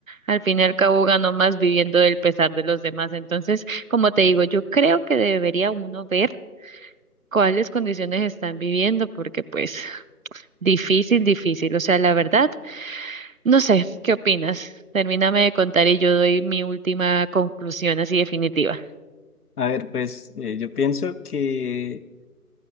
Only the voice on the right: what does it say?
Al fin y al cabo ganó más viviendo del pesar de los demás. Entonces, como te digo, yo creo que debería uno ver cuáles condiciones están viviendo, porque pues difícil, difícil. O sea, la verdad, no sé, ¿qué opinas? Termíname de contar y yo doy mi última conclusión así definitiva.